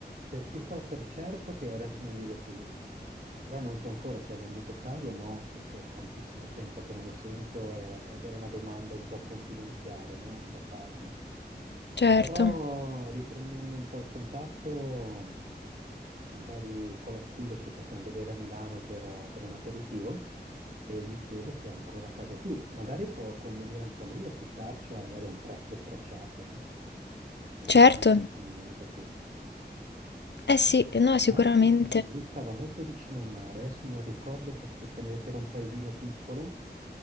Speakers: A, on the right; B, on the left.
A: se io so per certo che adesso non vive più lì, però non so ancora se ha venduto casa o no, perché è tantissimo tempo che non lo sento e- ed era una domanda un po' confidenziale, no, da fargli.
B: Certo,
A: Però riprendendo un po' il contatto, magari con la scusa ci possiamo vedere a Milano per, per un aperitivo e gli chiedo se è ancora a casa giù. Magari può convenire anche a lui affittarcela, magari a un prezzo stracciato, no? Eh,
B: certo.
A: visto che non la usa più.
B: Eh sì, no,
A: Tra
B: sicuramente.
A: l'altro lui stava molto vicino al mare, adesso non ricordo perfettamente che era un paesino piccolo,